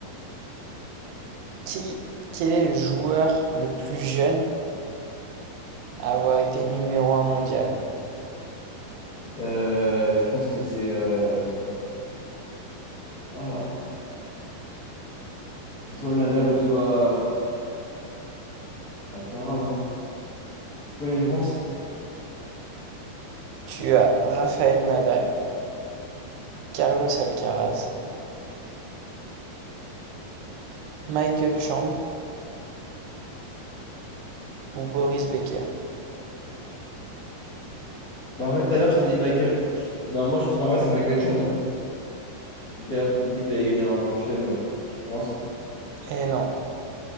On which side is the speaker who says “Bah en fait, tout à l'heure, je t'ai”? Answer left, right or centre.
Left